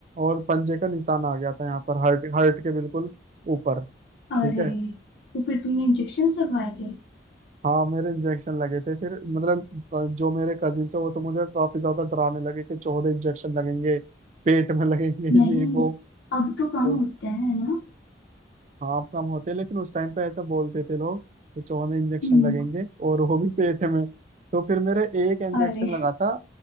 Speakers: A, on the right; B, on the left.
A: और पंजे का निशान आ गया था यहाँ पर हर्ट हर्ट के बिल्कुल ऊपर
B: अरे
A: ठीक है
B: तो फिर तुमने इंजेक्शन्स लगवाए थे
A: हाँ मेरे इंजेक्शन लगे थे फिर मतलब जो मेरे कजिन है वो तो मुझे काफी ज्यादा डराने लगे कि चौदह इंजेक्शन लगेंगे पेट में लगेंगे
B: नहीं
A: ये वो
B: अब तो कम
A: तो
B: होते हैं ना
A: हाँ कम होते हैं, लेकिन उस टाइम पे ऐसा बोलते थे लोग कि चौवन इंजेक्शन
B: हम्म
A: लगेंगे और वो भी पेट में तो फिर मेरा एक इंजेक्शन
B: अरे
A: लगा था